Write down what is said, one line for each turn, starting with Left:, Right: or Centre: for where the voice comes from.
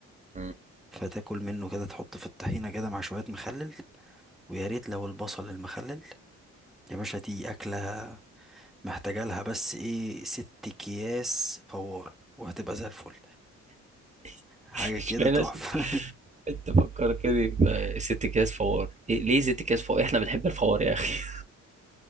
Right: مم.
Centre: فتاكل منه كده تحط في الطحينة كده مع شوية مخلل ويا ريت لو البصل المخلل يا باشا دي أكلة محتاجة لها بس ايه ست اكياس فوار وهتبقى زي الفل
Right: <laughs>
Centre: حاجة
Right: مش
Centre: كده
Right: بلاش
Centre: تحفة
Right: انت فكرتني بست اكياس فوار إيه ليه ست اكياس فوار احنا بنحب الفوار يا اخي